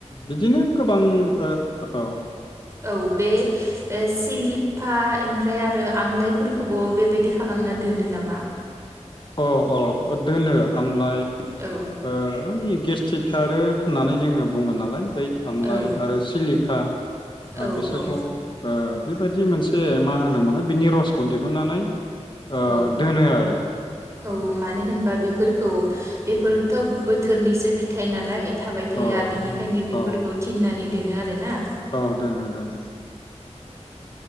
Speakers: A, on the left; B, on the right.
A: बिदिनो गोबां ओ औ।
B: औ बे सिलिफा ओमफ्राय आरो आमलाइफोरखौबो बेबायदि खालामना दोनो नामा?
A: अ अ दोनो आमलाय
B: औ
A: ओ माने गेस्टिक खारो होननानै जोङो बुङो नालाय। बै आमलाइ
B: औ
A: आरो सिलिखा
B: औ
A: बिसोरखौ
B: औ
A: ओ बेबायदि मोनसे मा होनोमोनलाय बिनि रसखौ दिहुननानै ओ
B: औ
A: दोनो आरो।
B: औ मानो होनबा बेफोरखौ बेफोरथ बोथोरनिसो फिथाइ नालाय थाबाय थाया
A: अ
B: बिनिखायनो बेफोरखौ
A: अ
B: थिननानै दोनो आरो ना।
A: औ दोनो दोनो।